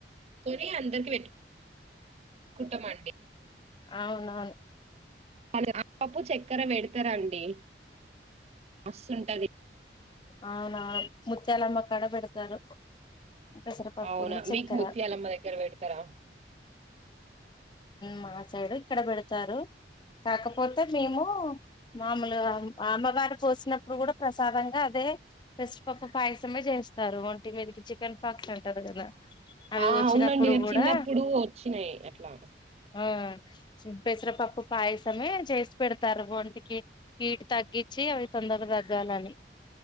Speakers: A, on the right; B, on the left.
A: పెట్టుకొని అందరికి వెట్ కుట్టమండి
B: అవునవును
A: <unintelligible> చక్కెర పెడతారండి మస్తుంటది
B: అవునా ముచ్చ్యాలమ్మ కడ పెడతారు పెసరపప్పును
A: అవునా
B: చక్కెర
A: మీకు ముత్యాలమ్మ దగ్గర పెడతారా
B: మా సైడు ఇక్కడ పెడతారు కాకపోతే మేము మామూలు అమ్మగారు కోసినప్పుడు కూడా సధంగా అదే పెసరపప్పు పాయసమే చేస్తారు, ఒంటి మీదకి చికెన్ పాక్స్ అంటారు కదా అవి
A: ఆ
B: వచ్చినప్పుడు
A: అవునండి
B: కూడా
A: చిన్నప్పుడు వచ్చినాయి లా
B: ఆ పెసరపప్పు పాయసమే చేసి పెడతారు ఒంటికి హీటు తగ్గించి అవి తొందర తగ్గాలని